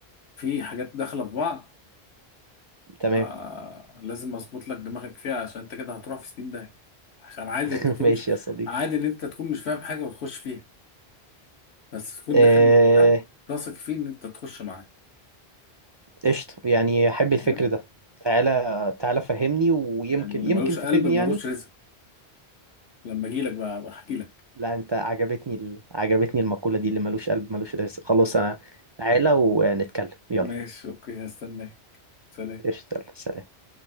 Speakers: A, on the left (about 80°); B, on the right (about 45°).
A: في حاجات داخلة في بعض
B: تمام
A: آه، لازم اظبط لك دماغك فيها عشان انت كده هتروح في سنين داهية عشان عادي
B: <laughs>
A: تكونش
B: ماشي يا صديقي
A: عادي ان انت تكون مش فاهم حاجة وتخش فيها بس تكون
B: آه،
A: داخل مع حد واثق فيه ان انت تخش معاه
B: قشطة يعني أحب الفكر
A: فاهم
B: ده تعالى تعالى فهمني ويمكن
A: اللي
B: يمكن
A: ملوش
B: تفيدني
A: قلب ملوش
B: يعني
A: رزق لما اجي لك بقى بحكي لك
B: لا أنت عجبتني ال... عجبتني المقولة دي اللي ملوش قلب ملوش رزق خلاص
A: آه،
B: أنا تعالى ونتكلم يلا
A: ماشي اوكي هستناك سلام
B: قشطة يلا سلام